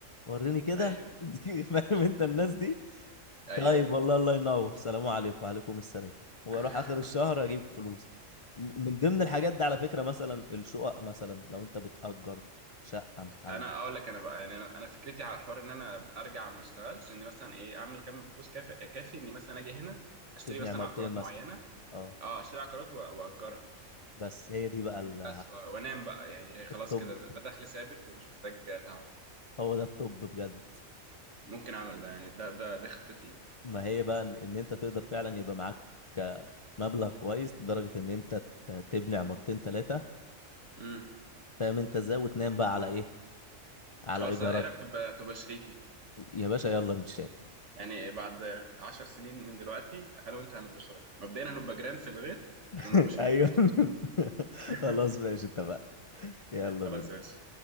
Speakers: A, on the left; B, on the right.
A: وريني كده
B: ايوه
A: <laughs> فاهم انت الناس دي
B: ايوه
A: طيب
B: ايوه
A: والله الله ينور سلام عليكم وعليكم السلام واروح
B: <laughs>
A: اخر الشهر اجيب فلوس م- من ضمن الحاجات دي على فكرة مثلا الشقق مثلا لو انت بتأجر شقة محل
B: انا اقول لك انا بقى يعني انا فكرتي على حوار ان انا ارجع ما اشتغلش اني مثلا ايه اعمل كام فلوس كافي كافي اني مثلا اجي هنا اشتري
A: تبني
B: مثلا
A: عمارتين
B: عقارات
A: مثلا
B: معينة
A: اه
B: اه اشتري عقارات و- واجرها
A: بس هي دي بقى ال-
B: بس و- وانام بقى يعني هي خلاص
A: الطب
B: كده ده دخل ثابت ومش محتاج تعب
A: هو ده الطب بجد
B: ممكن اعمل ده يعني ده ده ده خطتي
A: ما هي بقى ان إن انت تقدر فعلا يبقى معاك كمبلغ كويس لدرجة ان انت ت- تبني عمارتين ثلاثة
B: امم
A: فاهم انت ازاي وتنام بقى على ايه على
B: خلاص
A: ايجارات
B: ايه رايك تبقى تبقى شريكي
A: يا باشا يلا نتشارك
B: يعني بعد عشر سنين من دلوقتي انا وانت هنبقى شركاء مبدئيا هنبقى جيران في الغيط
A: <laughs>
B: ونبقى شركاء
A: ايوه <laughs>
B: <laughs>
A: خلاص ماشي اتفقنا يلا
B: خلاص
A: بينا
B: يا باشا